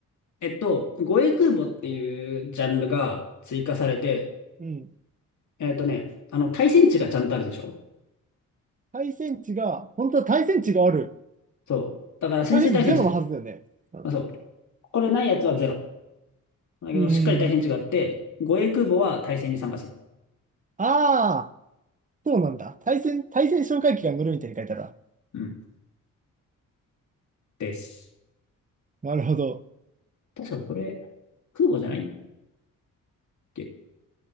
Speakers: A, on the left (about 60°); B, on the right (about 25°).
A: えっと、護衛空母っていうジャンルが追加されて、
B: うん。
A: えっとね、あの、対戦値がちゃんとあるでしょ
B: 対戦値が、本当は対戦値がある。
A: そう。だから先制対戦する。
B: 対戦値ゼロのはずだよね。う
A: まあ、そう。これないやつはゼロ。だけど、
B: ん。う
A: しっかり対戦値があって、
B: ん
A: 護衛空母は対戦に参加する。
B: ああ、そうなんだ。対戦、対戦哨戒機が乗るみたいに書いてあるな。
A: うん。です。
B: なるほど。
A: 確かこれ、空母じゃないっけ